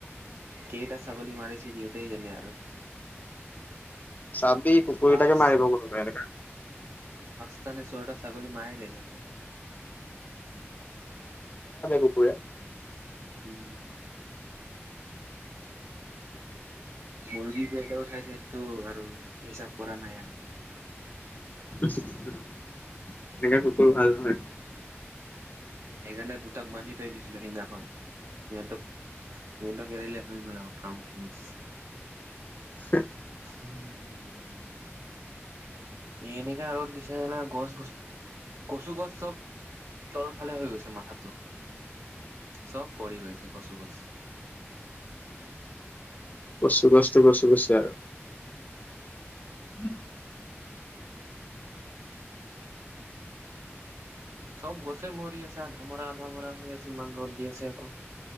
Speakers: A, on the right (about 75°); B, on the left (about 40°).
A: কেইটা ছাগলী মাৰিছে সিহঁতে জানে আৰু
B: চাবি কুকুৰীটাকে
A: পাঁচ
B: মাৰিব ক এনেকা।
A: স ছটাত ছাগলী মাৰিল সিহঁতে।
B: কুকুৰৰে।
A: উম! মুৰ্গী কেইটা উঠাইছে সেইটো আৰু হিচাপ কৰা নাই আৰু মই,
B: এই কেইটা ককুৰ ভাল হয়।
A: সেইকাৰণে দুটাক বান্ধি থৈ দিছিলো সিদিনাখন। সিহঁতক সিহঁতক এৰিলেে হৈ গ'ল আৰু ফ্ম ফিনিচ।
B: হ।
A: উম! এ এনেকা ৰ'দ দিছে চালা গছ, গছ কচু, গছ চব তল ফালে হৈ গৈছে মাথা। চব পৰি গৈছে কচু গছ।
B: বচু কছ বচু গছে আৰু, উম!
A: চব গছে মৰি আছে আধামৰা আধামৰা হৈ আছে ইমান ৰ'দ দি আছে আকৌ।